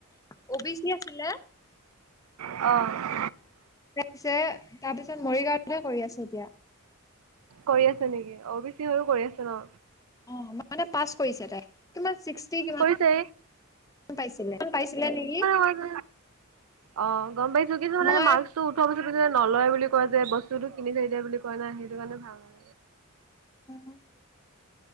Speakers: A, on the left; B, on the right.
A: অ' বি চি আছিলে
B: অ',
A: তাৰ পিছে তাৰ পিছত মৰিগাঁৱতহে কৰি আছে এতিয়া
B: কৰি আছে নেকি, অ' বি চি হৈও কৰি আছে ন?
A: অ মানে পাছ কৰিছে তাই কিমান ছিক্সটি কিমান
B: পিছে
A: পাইছিলে, পাইছিলে নেকি
B: কয় যে অ', গম পাইছোঁ কিন্তু মানে
A: মই
B: <unintelligible> মাৰ্ক্স টো উঠোৱা পিছতো যে নলয় বুলি কয় যে, বস্তুটো কিনি থৈ দিয়ে বুলি কয় নাই সেইটো কাৰণে ভাল হয়
A: উম,